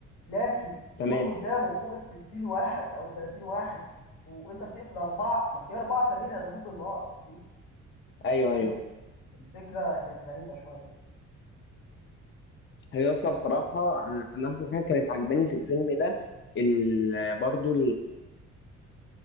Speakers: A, on the left (about 80°); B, on the left (about 40°).
A: لكن يكون
B: تمام
A: قدامه فوق ال 60 واحد او 30 واحد وانت بتقتل اربعه ما في اربعه تانيين هيضربوك بالنار في
B: ايوه
A: أنت فاهم
B: ايوه
A: الفكره كانت غريبه شويه
B: هي اصلا
A: ب-
B: صراحه انا أنا اصلا حاجه كانت عجباني في الفيلم ده ال... برضو